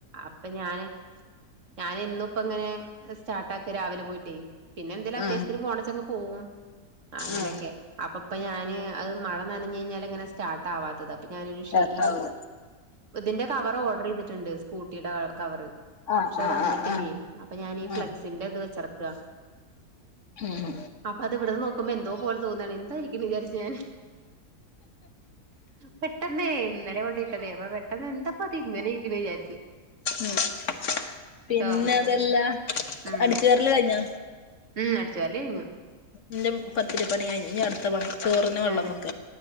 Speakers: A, on the right; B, on the left.
A: അപ്പൊ ഞാന് ഞാൻ ഇന്ന ഇപ്പ ഇങ്ങനെ സ്റ്റാർട്ട ആാക്കി രാവിലെ പോയിട്ടേ പിന്നെ എന്തേലും അത്യാവശ്യത്തിന്
B: ആ
A: പോണച്ചങ്ങ് പോവും അങ്ങനെയൊക്കെ
B: ആ
A: അപ്പപ്പൊ ഞാന് അത് മ അനഞ്ഞ കഴിഞ്ഞാ അങ്ങനെ സ്ാർട്ട് ആവാത്തത് ഇപ്പ ഞാനൊരു
B: കേക്കാവൂല
A: ഈ ഇതിന്റെ കവർ ഓർഡർ ചെയ്തിട്ടുണ്ട് സ്കൂട്ടിയുടെ കവറ്
B: ആ
A: പക്ഷെ
B: ആ
A: വന്നിട്ടില്ലേ
B: ആ ആ
A: അപ്പൊ ഞാൻീ
B: ആ
A: ഫ്ലെക്സിന്റെ ഇത് വെച്ചറക്ക
B: ഉം
A: അപ്പൊ അത് ഇവിടന്ന് നോക്കുമ്പോ എന്തോ പോലെ തോന്നാണ് എന്തായിരിക്കും വിചാരിച്ചു ഞാൻ പെട്ടെന്നേ ഇന്നലെ കൊണ്ട പെട്ട അപ്പൊ പെട്ടെന്ന് എന്തപ്പപ്പോ അത് ഇങ്ങനെ ഇരിക്കുന്നു വിചാരിു
B: ഉം പിന്നെ
A: ഓർമ്മല്ല
B: അതല്ലാ
A: ഉം
B: അടിച്ചു കരൽ കഴിഞ്ഞാ
A: ഉം അടിച്ചു വാരല് കഴിഞ്ഞു
B: എന്റെ പത്തിരിപ്പണി കഞ്ഞു അടുത്ത വണം ചോറിന് വെള്ളംൊക്ക
A: അതെ